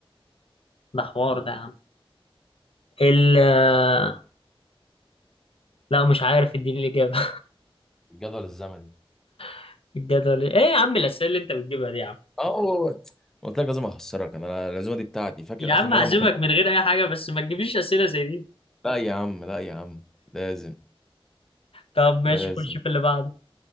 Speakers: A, on the left (about 70°); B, in the centre.
A: ده حوار ده يا عم ال آه، لا مش عارف اديني الإجابة
B: الجدول الزمني
A: <laughs> الجدول ايه إيه يا عم الأسئلة اللي انت بتجيبها دي يا عم
B: اه قلت لك لازم اخسرك انا العزومه دي بتاعتي فاكر
A: يا عم
B: اخر مره
A: هعزمك
B: ما كنا
A: من غير أي حاجة بس ما تجيبليش أسئلة زي دي
B: لا يا عم لا يا عم لازم
A: طب ماشي
B: لازم
A: خش في اللي بعده